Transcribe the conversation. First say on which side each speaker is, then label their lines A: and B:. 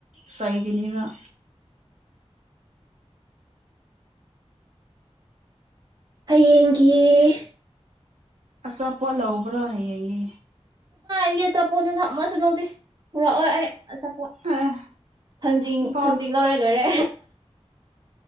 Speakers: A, on the right; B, on the right.
A: ꯁꯥꯏ <unintelligible>
B: ꯍꯌꯦꯡꯒꯤꯌꯦꯦ
A: ꯑꯆꯥꯞꯄꯣꯠ ꯂꯧꯕ꯭ꯔꯣ ꯍꯩꯌꯦꯌꯦ꯫
B: ꯏꯒꯦ ꯆ ꯄꯣꯟꯗꯨꯅ ꯑꯃꯁꯨ ꯂꯧꯗꯦ ꯄꯨꯔꯛꯑꯣꯏ ꯑꯩ ꯑꯆꯥꯄꯣꯠ
A: ꯑꯦ
B: ꯊꯥꯡꯖꯤꯡ
A: ꯏꯝꯐꯥꯜ
B: ꯊꯥꯡꯖꯤꯡ ꯂꯧꯔꯦ ꯂꯣꯏꯔꯦ꯫